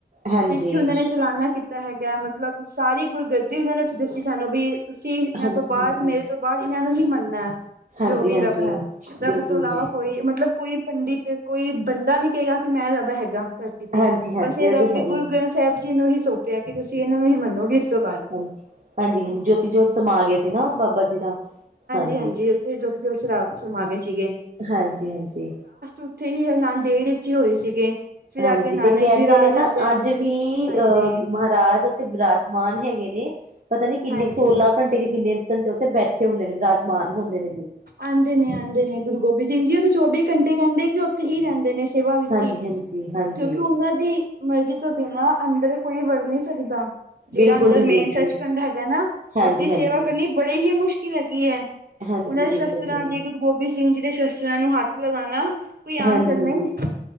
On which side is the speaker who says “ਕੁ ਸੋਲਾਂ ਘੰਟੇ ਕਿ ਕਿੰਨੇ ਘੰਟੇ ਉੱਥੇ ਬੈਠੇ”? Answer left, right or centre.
Right